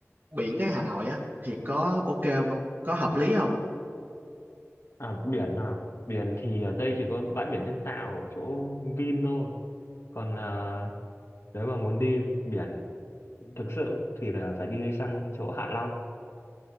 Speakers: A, on the right; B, on the left.
A: biển á Hà Nội á thì có ok không không? Có hợp lý không?
B: à biển à biển thì ở đây chỉ có bãi biển nhân tạo ở chỗ Vin thôi còn à, nếu mà muốn đi biển thực sự thì là phải đi sang chỗ Hạ Long